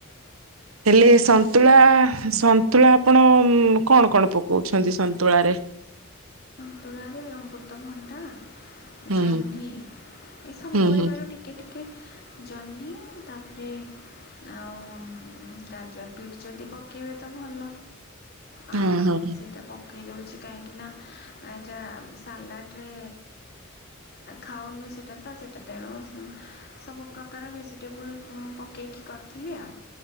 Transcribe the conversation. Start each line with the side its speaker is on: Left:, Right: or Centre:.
Right: ହେଲେ ସନ୍ତୁଳା ସନ୍ତୁଳା ଆପଣ କଣ କଣ ପକଉଛନ୍ତି ସନ୍ତୁଳାରେ।
Left: ସନ୍ତୁଳାରେ ଅମୃତଭଣ୍ଡା,
Right: ହୁଁ
Left: ଜହ୍ନି ଏସବୁ
Right: ହୁଁ
Left: ପରିବାର
Right: ହୁଁ
Left: ଟିକେ ଟିକେ ଜହ୍ନି ତାପରେ ଆଉ ଗାଜର ବିଟ୍ ଯଦି ପକେଇବେ ତ ଭଲ। ଆ
Right: ହୁଁ ହୁଁ ହୁଁ ହୁଁ
Left: ସେଇଟା ପକେଇ ଦେଉଛି କାହିଁକିନା ଏଟା ସାଲାଡ୍ ରେ ଖାଉନୁ ସେଟା ତ ସେଇଟା ତେଣୁ ସବୁ ପ୍ରକାର ଭେଜି ଟେବୁଲ୍ ପକେଇକି କରି ଥିଲି ଆଉ